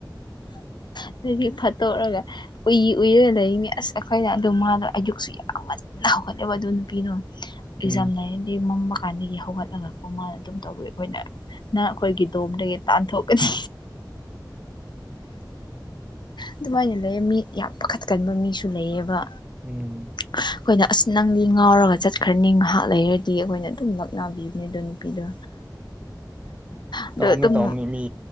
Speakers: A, on the left; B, on the right.
A: ꯑꯗꯒꯤ ꯐꯠꯇꯣꯛꯑꯒ ꯎꯏ ꯎꯏꯔꯒ ꯂꯩꯔꯤꯅꯤ ꯑꯁ ꯑꯩꯈꯣꯏꯅ ꯑꯗꯣ ꯃꯥꯗꯣ ꯑꯩꯗꯨꯛꯁꯨ ꯌꯥꯝꯃꯜꯂꯤ ꯍꯧꯒꯠꯂꯕ ꯑꯗꯨ ꯅꯨꯄꯤꯅꯣ ꯑꯦꯛꯖꯥꯝ
B: ꯎꯝ
A: ꯂꯩꯔ ꯃꯃ ꯀꯥꯟꯗꯒꯤ ꯍꯧꯒꯠꯂꯒ ꯀꯣꯃ ꯑꯗꯨꯝ ꯇꯧꯋꯤ ꯑꯩꯈꯣꯏꯅ ꯅ ꯑꯩꯈꯣꯏꯒꯤ ꯗꯣꯝꯗꯒꯤ ꯇꯥꯟꯊꯣꯛꯀꯅꯤ ꯑꯗꯨꯃꯥꯏꯅ ꯂꯩ ꯃꯤ ꯌꯥꯝ ꯄꯥꯈꯠꯀꯟꯕ ꯃꯤꯁꯨ ꯂꯩꯌꯦꯕ
B: ꯎꯝ
A: ꯑꯩꯈꯣꯏꯅ ꯑꯁ ꯅꯪꯗꯤ ꯉꯥꯎꯔꯒ ꯆꯠꯈ꯭ꯔꯅꯤ ꯉꯥꯏꯍꯥꯛ ꯂꯩꯔꯗꯤ ꯤ ꯑꯩꯈꯣꯏꯅ ꯑꯗꯨꯝ ꯅꯛꯅꯕꯤꯕꯅꯦ ꯑꯗ ꯅꯨꯄꯤꯗꯣ ꯑꯗꯣ
B: ꯇꯥꯎꯝꯅꯦ
A: ꯑꯗꯨꯝ
B: ꯇꯥꯎꯝꯅꯦ ꯃꯤ